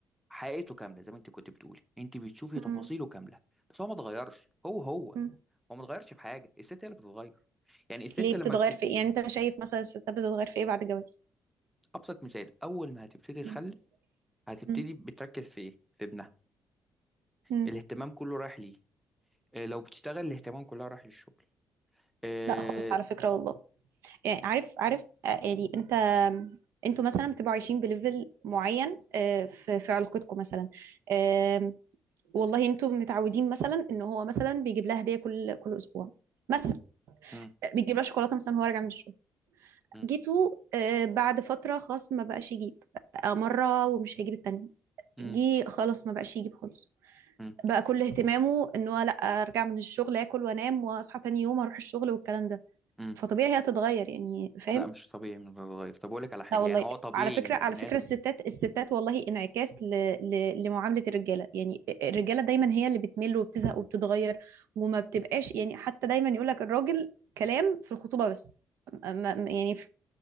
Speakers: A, in the centre; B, on the right (about 80°).
A: حقيقته كامله زي ما انت كنت بتقولي انت بتشوفي
B: مم.
A: تفاصيله كامله بس هو ما اتغيرش هو هو
B: مم.
A: هو ما اتغيرش في حاجه الست هي اللي بتتغير يعني الست
B: ليه بتتغير
A: لما بت...
B: في إيه يعني أنت شايف مثلا الستات بتتغير في إيه بعد الجواز
A: ابسط مثال اول ما هتبتدي
B: مم.
A: تخلف هتبتدي
B: مم.
A: بتركز في ايه في ابنها
B: مم.
A: الاهتمام كله رايح ليه آه، لو بتشتغل الاهتمام كلها رايح للشغل آه،
B: لا خالص على فكرة والله يعني عارف عارف آه، يعني انت انتوا مثلا بتبقوا عايشين بليفل معين آه، في في علاقتكم مثلا آم، والله انتوا متعودين مثلا ان هو مثلا بيجيب لها هديه كل كل اسبوع مثلا
A: مم،
B: بيجيب لها شوكولاته مثلا وهو راجع من الشغل
A: مم،
B: جيتوا آه، بعد فتره خلاص ما بقاش يجيب بقى مره ومش هيجيب التانيه
A: مم،
B: جه خلاص ما بقاش يجيب خالص
A: مم،
B: بقى كل اهتمامه ان هو لا ارجع من الشغل اكل وانام واصحى تاني يوم اروح الشغل والكلام ده
A: مم.
B: فطبيعي هي هتتغير يعني فاهم
A: لا مش طبيعي انه يتغير طب اقول لك على حاجه
B: لا والله
A: يعني هو طبيعي
B: على فكرة
A: انه
B: على
A: البني
B: فكرة
A: ادم
B: الستات الستات والله انعكاس ل... ل... لمعاملة الرجالة يعني الرجالة دايما هي اللي بتمل وبتزهق وبتتغير وما بتبقاش يعني حتى دايما يقولك الراجل كلام في الخطوبة بس ما... ما- يعني ف-